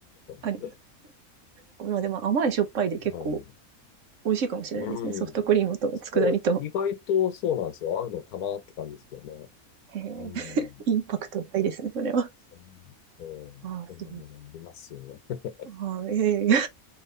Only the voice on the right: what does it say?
あり。
まあでも甘いしょっぱいで結構
美味しいかもしれないですね。
ソフトクリームと佃煮と。
へえ、
インパクト大ですね、それは。
ああ、
すごい。ああ、ええ。